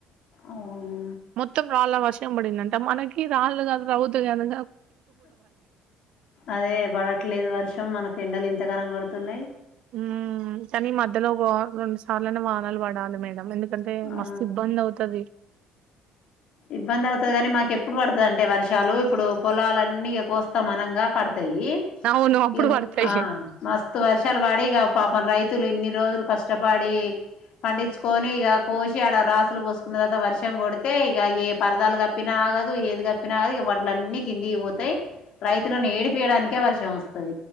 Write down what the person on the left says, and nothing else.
అవును
అదే పడట్లేదు వర్షం మనకు ఎండలెం లింతగానం <unintelligible> కోడుతున్నాయి
ఆ
ఇబ్బంది అవుతది కాని మాకు ఎప్పుడు పడుతది అంటే వర్షాలు ఇప్పుడు పొలాలన్నీ ఇగ కోస్తాం అనంగా పడత యి
ఇగ
ఆ మస్తు వర్షాలు పడి ఇగ పాపం రైతు తులన్నీ <unintelligible> న్ని రోజులు కష్టపడి పండించుకొని ఇక కోషి ఆడ రాసులు పోసుకున్న తర్వాత వర్షం కొడితే ఈగ ఏ పరదాలు కప్పినా ఆగదు ఏది కప్పినా ఆగదు ఇక వడ్లన్నీ అన్ని కిందికి పోతాయి రైతులను ఏడిపీయడానికె వర్షం వస్త తై <unintelligible>